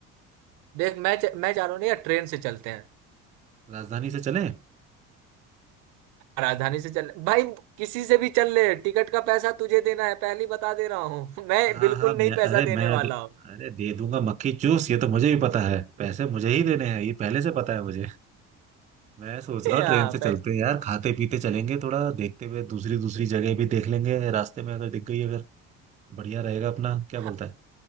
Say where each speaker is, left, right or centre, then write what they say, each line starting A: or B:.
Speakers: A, on the right; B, on the right.
A: देख मैं च- मैं जा रहा हूँ ना यार ट्रेन से चलते हैं
B: राजधानी से चले
A: राजधानी से चल भाई किसी से भी चल ले टिकट का पैसा तुझे देना है पहले ही बता दे रहा हूँ <laughs> मैं
B: हाँ
A: बिल्कुल
B: हाँ मैं
A: नहीं पैसा
B: अरे
A: देने
B: मैं
A: वाला
B: दे,
A: हूँ
B: अरे दे दूंगा मक्खी चूस ये तो मुझे भी पता है पैसे मुझे ही देने हैं ये पहले से पता है मुझे मैं सोच
A: <laughs>
B: रहा हूँ ट्रेन
A: हाँ
B: से चलते
A: पह-
B: हैं यार खाते पीते चलेंगे थोड़ा देखते हुए दूसरी दूसरी जगह भी देख लेंगे रास्ते में अगर दिख गई अगर बढ़िया रहेगा अपना क्या
A: हाँ
B: बोलता है